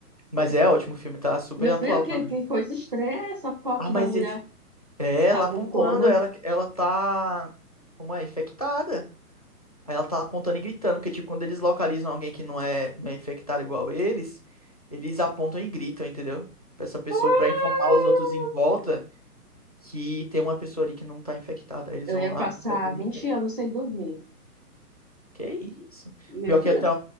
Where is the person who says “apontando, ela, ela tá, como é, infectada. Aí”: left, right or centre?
Left